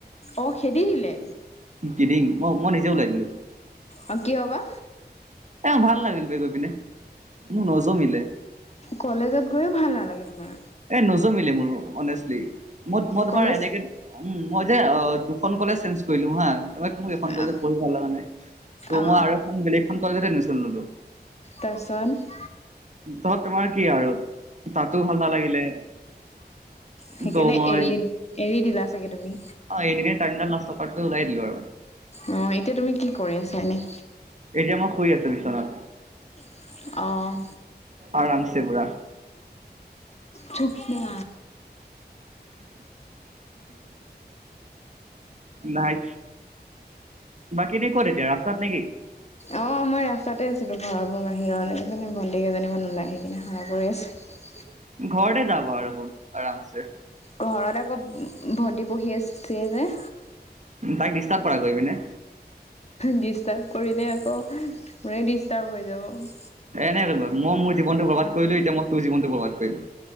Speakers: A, on the left (about 40°); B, on the right (about 45°).
A: অঁ খেদি দিলে?
B: কিদিং মই মই নিজে ওলাই দিলোঁ।
A: অ কি বা?
B: এ ভাল লাগিল বে গৈ পিনে মোৰ নজমিলে।
A: কলেজত গৈও ভাল নালাগে তোমাৰ?
B: এই নজমিলে মোৰ অনেষ্টলি মই মই তোমাৰ
A: কলেজ
B: এনেকে উম, মই যে দুখন কলেজ চেঞ্জ কৰিলো হা তাৰ মানে মোৰ এইখন
A: অ
B: কলেজত পঢ়ি ভাল লগা নাই। তু'
A: অ
B: মই আৰু এখন বেলেগ এখন কলেজত এডমিচন ললো।
A: তাৰপিছত?
B: তাৰপিছত তোমাৰ কি আৰু তাতো ভাল নালাগিলে। ত'
A: সেইকাৰণে
B: মই,
A: এৰি এৰি দিলা চাগে তুমি
B: এনেই তাইম ডাল নষ্ট ক লাই দিলো আৰু।
A: অ', এতিয়া তুমি কি কৰি আছা এনেই?
B: এতিয়া মই শুই আছো বিচনাত।
A: <unintelligible> অ'।
B: আৰামচে পোৰা।
A: চুপনা।
B: নাই। বাকী এটিয়া ক'ত এতিয়া ৰাস্তাত নেকি?
A: অ', মই ৰাস্তাতে আছিলো ঘৰ পৰাৰ বাহিৰত এই ভণ্টি কেইজনী মান ওলাই আহি কিনে হাল্লা কৰি আছে।
B: ঘৰতে যাব আৰু আৰামছে।
A: ঘৰত আকৌ ভন্টি পঢ়ি আছে যে।
B: তাইক ডিষ্টাৰ্ব কৰা গৈ পিনে।
A: ডিষ্টাৰ্ব কৰিলে আকৌ মোৰেই ডিষ্টাৰ্ব হৈ যাব।
B: এ নাই মই মোৰ জীৱনটো বৰ্বাদ কৰিলো, এতিয়া মই তোৰ জীৱনটো বৰ্বাদ কৰিম।